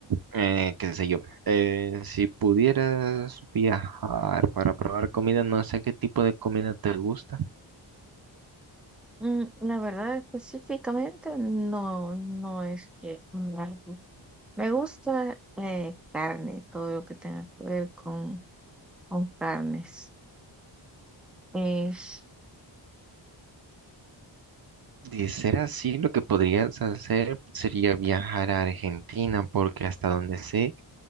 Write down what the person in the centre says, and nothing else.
Mm, La verdad, específicamente, no, no es que me algo. Me gusta eh, carne, todo lo que tenga que ver con, con carnes. Es